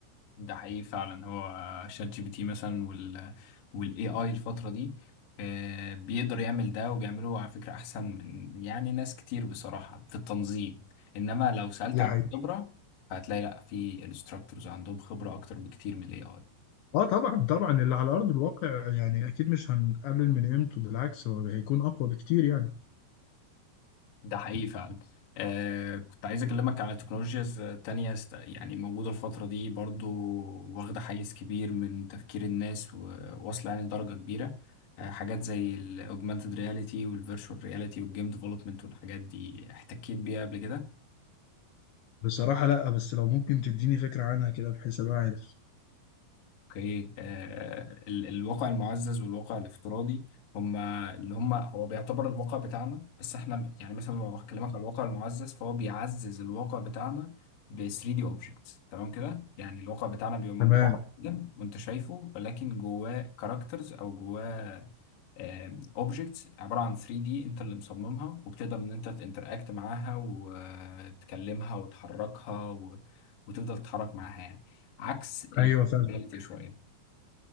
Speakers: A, on the left; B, on the left.
A: ده حقيقي فعلا هو شات جي بي تي مثلا وال والاي اي الفترة دي آه، بيقدر يعمل ده وبيعمله على فكرة احسن من يعني ناس كتير بصراحة في التنظيم انما لو سألت
B: دي
A: عن
B: حقيقة
A: الخبرة فهتلاقي لا في انستراكتورز عندهم خبرة اكتر بكتير من الاي اي
B: اه طبعا طبعا اللي على ارض الواقع يعني اكيد مش هنقلل من قيمته بالعكس هو هيكون اقوى بكتير يعني
A: ده حقيقي فعلا آه كنت عايز اكلمك على تكنولوجيز تانية است- يعني موجودة الفترة دي برضو واخدة حيز كبير من تفكير الناس وواصلة يعني لدرجة كبيرة آه حاجات زي الاوجمانتد رياليتي والفيرتشوال رياليتي والجيم ديفلوبمنت والحاجات دي احتكيت بيها قبل كده
B: بصراحه لا بس لو ممكن تديني فكره عنها كده بحيث ابقى عارف
A: اوكي آه ال الواقع المعزز والواقع الافتراضي هما اللي هما هو بيعتبر الواقع بتاعنا بس احنا يعني مثلا لو بكلمك على الواقع المعزز فهو بيعزز الواقع بتاعنا ب 3 دي اوبجكتس تمام كده يعني الواقع بتاعنا بيبقى موجود
B: تمام
A: على
B: طبعا
A: الجدم وانت شايفه ولكن جواه كاركترز او جواه اوبجكتس عباره عن 3 دي انت اللي مصممها وبتقدر ان انت تنتراكت معاها وتكلمها وتحركها و... وتفضل تتحرك معاها يعني عكس
B: ايوه فاهم
A: الرياليتي شويه